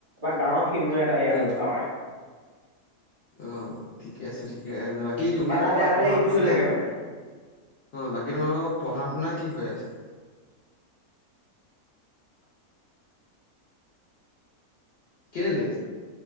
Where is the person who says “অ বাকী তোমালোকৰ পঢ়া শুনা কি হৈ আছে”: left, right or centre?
Left